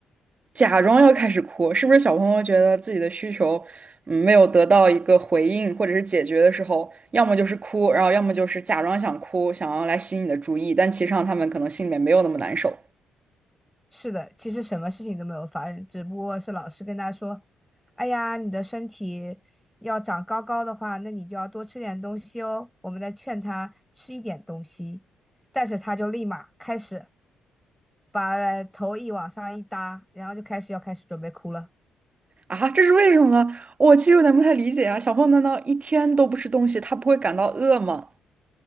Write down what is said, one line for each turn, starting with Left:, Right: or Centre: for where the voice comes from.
Right: 假装要开始哭，是不是小朋友觉得自己的需求，嗯，没有得到一个回应或者是解决的时候，要么就是哭，然后要么就是假装想哭，想要来吸引你的注意，但其实上他们可能心里面没有那么难受。
Centre: 是的，其实什么事情都没有发生，只不过是老师跟他说：“哎呀，你的身体要长高高的话，那你就要多吃点东西哦。”我们在劝他吃一点东西，但是他就立马开始。把头一往上一搭，然后就开始要开始准备哭了。
Right: 啊，这是为什么呢？我其实有点不太理解啊。小朋友难道一天都不吃东西，他不会感到饿吗？